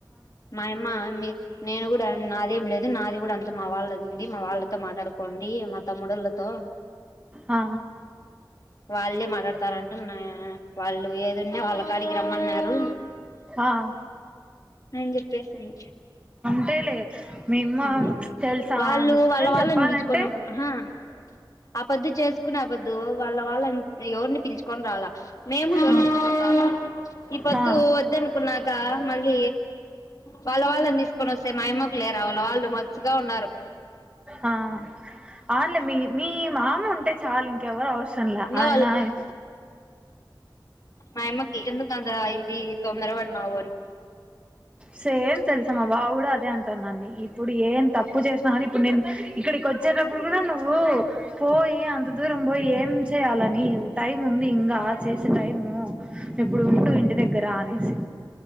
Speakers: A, on the left; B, on the right.
A: మాయమ్మ మీ నేను కూడా నాదేం లేదు నాది కూడా అంత్ మా వాళ్ళది ఉంది మా వాళ్ళతో మాట్లాడుకోండి మాత్ తమ్ముడోల్లతో
B: ఆ
A: వాళ్ళే మాట్లాడతారంట నా వాళ్ళు ఏ నిన్న వాళ్ళకాడికి రమ్మన్నారు
B: ఆ
A: ఎం చెప్పేసింది
B: అంతేలే మేమ్మ
A: ఉ హుమ్మ్
B: తెలుసా
A: వాళ్ళు
B: నిజం
A: వాళ్ళ వాళ్ళని
B: చెప్పాలంటే
A: పిలుచుకున్నప్పుడు ఆహా ఆపొద్దు చేసుకునే ఆ పొద్దు వాళ్ళ వాళ్ళని ఎవరిని పిలుచుకొని రాలా మేము పిలుచుకొని
B: ఆ
A: రాలా ఈ పొద్దు
B: ఆ
A: వద్దని కున్నాక మళ్ళీ వాళ్ళ వాళ్ళని తీసుకొని వస్తే మా అయమ్మ వాళ్ళ వాళ్ళు మచ్చుగా ఉన్నారు
B: ఆ అవునులే మీ మీ మామ ఉంటే చాలు ఇంకెవరు అవసర్ సరంల్ల
A: ఇంగా
B: ఆయన ఆవు
A: మాయ్యమ్మకి ఎందుకంత ఇది తొందర వడు మావోల్
B: సేమ్ తెలుసా మా బావ్ కూడా అదే అంటానండి ఇప్పుడు ఏం తప్పు చేసినా కాని ఇప్పుడు నేను ఇక్కడికి వచ్చేటప్పుడు కూడా నువ్వు పోయి అంత దూరం పోయి ఏం చేయాలని టైం ఉంది ఇంకా చేసే టైంము ఇప్పుడు
A: అని
B: ఉండు ఇంటి దగ్గర అనేసి